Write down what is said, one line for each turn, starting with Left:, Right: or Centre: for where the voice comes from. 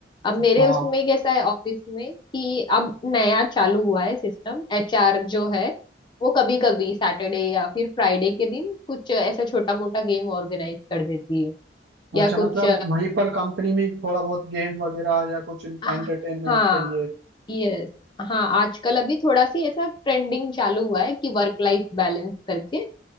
Left: अब
Right: हाँ।
Left: मेरे उसमें कैसा है ऑफिस में कि अब नया चालू हुआ है सिस्टम एचआर जो है वो कभी कभी सैटरडे या फिर फ्राइडे के दिन कुछ ऐसा छोटा मोटा गेम ऑर्गेनाइज कर देती है या
Right: अच्छा मतलब
Left: कुछ
Right: वहीं पर कंपनी में थोड़ा बहुत गेम वगैरह या कुछ एंटरटेनमेंट
Left: हाँ हाँ
Right: के लिए
Left: यस हाँ आजकल अभी थोड़ा सी ऐसा ट्रेंडिंग चालू हुआ है कि वर्क लाइफ बैलेंस करके